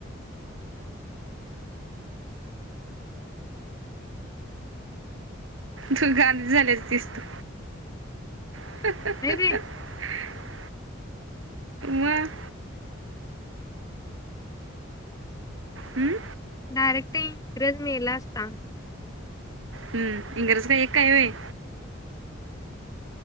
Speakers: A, on the right; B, on the left.
A: तु गांधीजी झाली असतीस तू. <inaudible>
B: नाही बाई
A: मग? हम्म?
B: डायरेक्ट इंग्रज मेला असता.
A: हम्म इंग्रज का एक हाय होय?